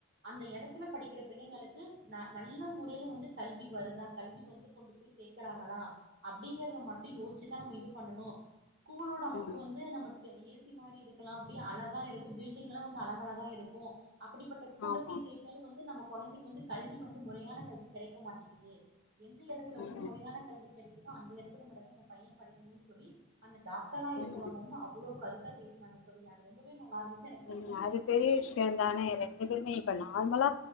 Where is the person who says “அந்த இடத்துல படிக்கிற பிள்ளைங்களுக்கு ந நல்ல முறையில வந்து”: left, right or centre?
Right